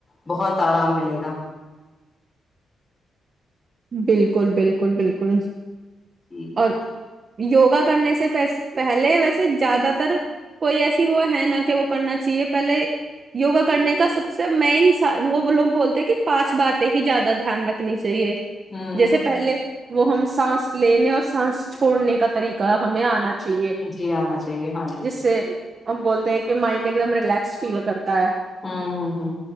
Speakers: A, on the left; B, on the right.
A: بہت آرام ملے گا
B: بالکل بالکل بالکل
A: جی
B: اچھ یوگا کرنے سے پہلے ویسے زیادہ تر کوئی ایسی وہ ہے نہ کہ وہ کرنا چاہیے پہلے یوگا کرنے کا سب سے مین وہ لوگ بولتے کہ پانچ باتیں ہی زیادہ دھیان رکھنی چاہیے
A: ہوں
B: جیسے پہلے وہ ہم سانس لینے اور سانس چھوڑنے کا طریقہ کا ہمیں آنا چاہیے
A: جی آنا چاہیے ہاں جی
B: جس سے ہم بولتے ہیں کہ مائنڈ ایک دم ریلیکس فیل کرتا ہے
A: ہاں ہوں ہ